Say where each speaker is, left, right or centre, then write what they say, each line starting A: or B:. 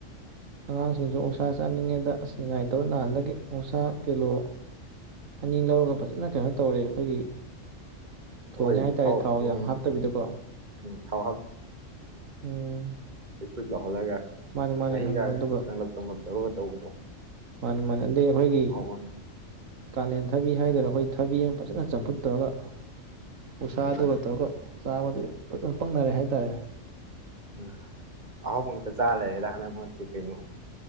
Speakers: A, on the right; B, on the right.
A: ꯑꯉꯥꯡꯁꯤꯡꯁꯨ ꯑꯣꯛꯁꯥ ꯆꯥꯅꯤꯡꯉꯦꯗ ꯑꯁ ꯅꯤꯡꯉꯥꯏꯇꯧ ꯅꯍꯥꯟꯗꯒꯤ ꯑꯣꯛꯁꯥ ꯀꯤꯂꯣ ꯑꯅꯤ ꯂꯧꯔꯒ ꯐꯖꯅ ꯀꯩꯅꯣ ꯇꯧꯔꯦ ꯑꯩꯈꯣꯏꯒꯤ ꯊꯣꯡꯉꯦ
B: ꯑꯩꯈꯣꯏ
A: ꯍꯥꯏꯇꯥꯔꯦ ꯊꯥꯎ
B: ꯎꯝ
A: ꯌꯥꯝ ꯍꯥꯞꯇꯕꯤꯗꯀꯣ
B: ꯎꯝ ꯊꯥꯎ
A: ꯎꯝ
B: ꯄ꯭ꯔꯤꯛ ꯄ꯭ꯔꯤꯛ ꯂꯥꯎꯍꯜꯂꯒ꯫
A: ꯃꯥꯅꯦ ꯃꯥꯅꯦ
B: ꯃꯍꯤꯒꯥ
A: ꯑꯗꯨꯒ
B: ꯀꯪꯂꯞ ꯀꯪꯂꯞ ꯇꯧꯔꯒ ꯇꯧꯕꯗꯣ꯫
A: ꯃꯥꯟꯅꯤ ꯃꯥꯟꯅꯦ ꯑꯗꯩ ꯑꯩꯈꯣꯏꯒꯤ
B: ꯍꯥꯎꯕꯅꯤ
A: ꯀꯥꯂꯦꯟ ꯊꯕꯤ ꯍꯥꯏꯗꯣꯔꯥ ꯑꯩꯈꯣꯏ ꯊꯕꯤ ꯑꯃ ꯐꯖꯅ ꯆꯝꯐꯨꯠ ꯇꯧꯔꯒ ꯑꯣꯛꯁꯥꯗꯨꯒ
B: ꯃꯥꯅꯤ
A: ꯇꯧꯔꯒ ꯆꯥꯕꯗꯨꯗꯤ ꯐꯖꯅ ꯄꯛꯅꯔꯦ ꯍꯥꯏꯇꯥꯔꯦ
B: ꯎꯝ ꯑꯍꯥꯎꯕ ꯉꯥꯛꯇ ꯆꯥꯂꯩꯔꯦꯗ ꯍꯥꯟꯗꯛ ꯃꯔꯛꯁꯤ ꯀꯩꯅꯣ